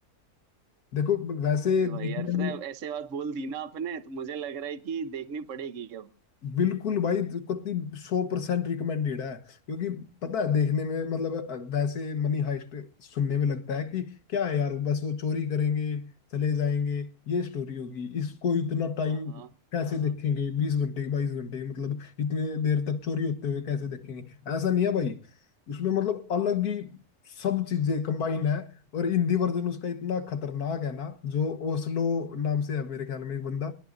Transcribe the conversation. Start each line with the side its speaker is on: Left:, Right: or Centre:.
Left: देखो वैसे
Right: अरे
Left: देखने
Right: भाई यार पता
Left: में
Right: है, ऐसे बात बोल दी ना आपने तो मुझे लग रहा है कि देखनी पड़ेगी अब
Left: बिल्कुल भाई इसको सौ परसेंट रिकमेंडेड है क्योंकि पता है देखने में मतलब वैसे मनी हाइस्ट सुनने में लगता है कि क्या है यार बस वो चोरी करेंगे चले जाएंगे ये स्टोरी होगी इसको इतना टाइम
Right: हाँ हाँ
Left: कैसे
Right: हाँ हाँ
Left: देखेंगे बीस घंटे बाईस घंटे मतलब इतने देर तक चोरी होते हुए कैसे देखेंगे ऐसा नहीं है भाई उसमें मतलब अलग ही सब चीजें कंबाइन है और हिंदी वर्जन उसका इतना खतरनाक है ना जो ओस्लो नाम से है मेरे ख्याल में एक बंदा